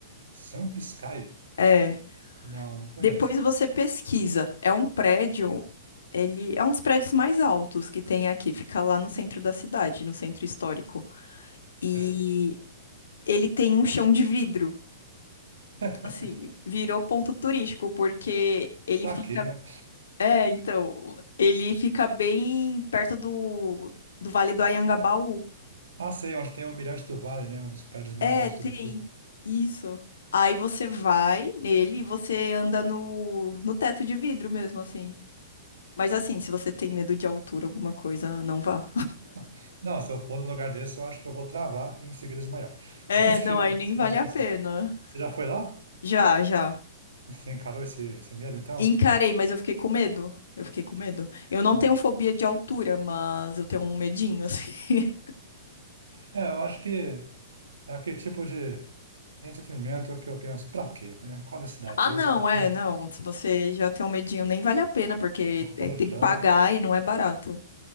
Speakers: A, on the right; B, on the left.
A: Sun Sky.
B: É.
A: Não, não conheço.
B: Depois você pesquisa. É um prédio, ele é um dos prédios mais altos que tem aqui, fica lá no centro da cidade, no centro histórico.
A: Sei.
B: E ele tem um chão de vidro.
A: <laughs>
B: Então, assim, virou ponto turístico, porque ele
A: Pra
B: fica.
A: quê, né?
B: É, então, ele fica bem perto do, do Vale do Anhangabaú.
A: Ah, sei, onde tem o Mirante do Vale, né? Um dos prédios mais
B: É,
A: altos
B: tem
A: do Brasil.
B: isso. Aí você vai nele e você anda no, no teto de vidro mesmo, assim. Mas assim, se você tem medo de altura, alguma coisa, não vá.
A: <laughs> Não, se eu for num lugar desse, eu acho que eu vou travar e em seguida desmaiar. <laughs>
B: É,
A: Mas
B: não,
A: que- isso
B: aí nem vale
A: não acontece.
B: a pena.
A: Você já foi lá?
B: Já, já.
A: Você encarou esse, esse medo, então?
B: Encarei, mas eu fiquei com medo. Eu fiquei com medo. Eu não
A: <laughs>
B: tenho fobia de altura, mas eu tenho um medinho, assim. <laughs>
A: É, eu acho que é aquele tipo de entretenimento que eu penso, pra quê, né? Qual a necessidade
B: Ah,
A: disso?
B: não,
A: Vou ficar
B: é,
A: no
B: não. Se você já tem um medinho, nem vale a pena, porque é-
A: vou ficar no
B: tem
A: chão.
B: que pagar e não é barato.